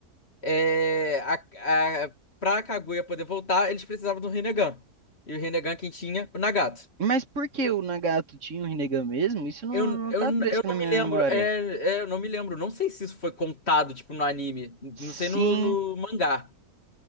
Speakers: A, on the left (about 40°); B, on the right (about 50°).
A: é, a, a, pra Kaguya poder voltar, eles precisavam do Rinnegan. E o Rinnegan quem tinha? O Nagato.
B: mas por que o Nagato tinha o Rinnegan mesmo? Isso não,
A: Eu, eu,
B: não tá fresco
A: eu
B: na
A: não
B: minha
A: me lembro,
B: memória.
A: é, é, eu não me lembro, não sei se isso foi contado, tipo, no anime, não
B: Sim.
A: sei no, no mangá,